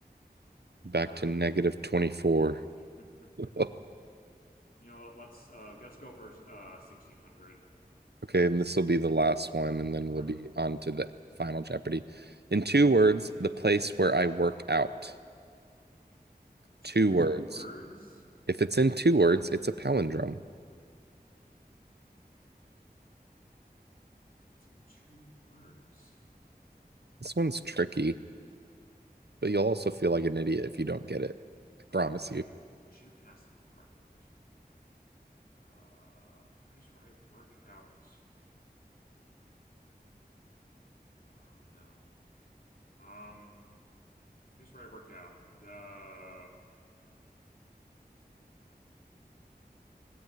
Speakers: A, on the left (about 60°); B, on the right (about 80°).
A: Never
B: back
A: heard
B: to negative
A: of
B: 24.
A: him. <laughs>
B: <laughs>
A: You know what? Let's uh let's go for uh 1600.
B: Okay, and this will be the last one, and then
A: All
B: we'll
A: right.
B: be on to the final Jeopardy. In two words, the place where I work out.
A: Two
B: Two words.
A: words?
B: If it's in two words, it's a palindrome.
A: If it's in two words.
B: This one's tricky, but you'll also feel like an idiot if you don't get it. I
A: Okay.
B: promise you.
A: Gym has to be part of it. Uh place where I work out. Oh no. Um place where I work out. The